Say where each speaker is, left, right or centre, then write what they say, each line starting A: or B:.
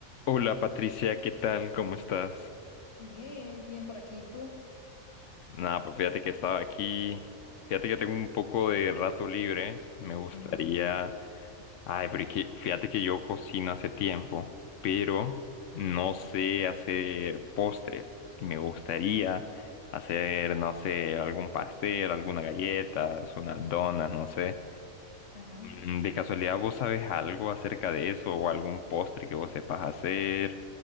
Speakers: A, on the left (about 65°); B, on the left (about 50°).
A: Hola Patricia, ¿qué tal? ¿Cómo estás?
B: Miguel, bien por aquí, ¿y tú?
A: Nada, pues fíjate que estaba aquí. Fíjate que tengo un poco de rato libre. Me gustaría.
B: Ujú.
A: Ay, pero es que fíjate que yo cocino hace tiempo, pero no sé hacer postres. Y me gustaría
B: Ajá,
A: hacer, no sé, algún pastel, algunas galletas, unas donas, no sé.
B: ajá.
A: Mm, ¿De casualidad vos sabes algo acerca de eso o algún postre que vos sepas hacer